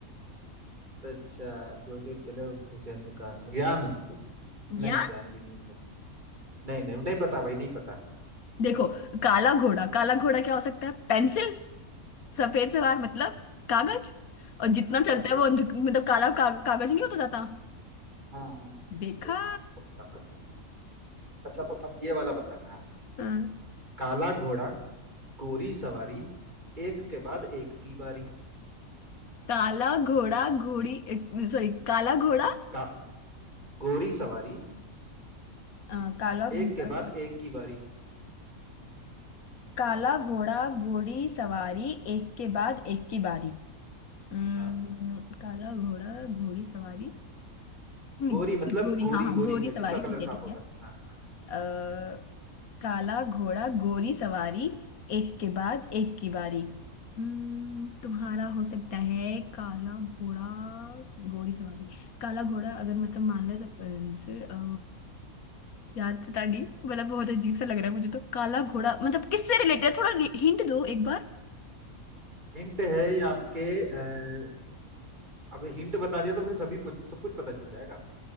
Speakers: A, on the right; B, on the left.
A: अच्छा जो जो चले वो घुसे अंधकार ज्ञान नहीं
B: ज्ञान
A: ज्ञान भी नहीं होगा नहीं नहीं नहीं पता भाई नहीं पता
B: देखो काला घोड़ा काला घोड़ा क्या हो सकता है पेंसिल सफेद सवार मतलब कागज और जितना चलता
A: अच्छा
B: है वो अंध मतलब काला का, कागज नहीं होता जाता
A: हाँ हाँ
B: देखा
A: ये बात तो पक्का बस। अच्छा तो अब ये वाला बताना आप
B: हाँ।
A: काला घोड़ा गोरी सवारी एक के बाद एक की बारी
B: काला घोड़ा घोड़ी सॉरी काला घोड़ा
A: का गोरी सवारी
B: अ, काला
A: एक
B: घोड़ा
A: के बाद एक की बारी
B: काला घोड़ा घोड़ी सवारी एक के बाद एक की बारी अम्म,
A: हाँ
B: काला घोड़ा घोड़ी सवारी नहीं
A: गोरी मतलब
B: घोड़ी
A: गोरी
B: हाँ हाँ
A: गोरी
B: घोड़ी
A: का
B: सवारी
A: जिसका
B: ठीक
A: कलर साफ
B: है ठीक
A: होता
B: है
A: है हाँ
B: अ, काला घोड़ा गोरी सवारी एक के बाद एक की बारी हम्म तुम्हारा हो सकता है काला घोड़ा गोरी सवारी काला घोड़ा अगर मतलब मान लो तो अ, से, अ, यार पता नहीं मतलब बहुत अजीब सा लग रहा है मुझे तो काला घोड़ा मतलब किससे रिलेटेड है थोड़ा हिंट दो एक बार
A: हिंट है ये आपके अ, अब हिंट बता दिया तो फिर सभी कुछ- सब कुछ पता चल जाएगा आपको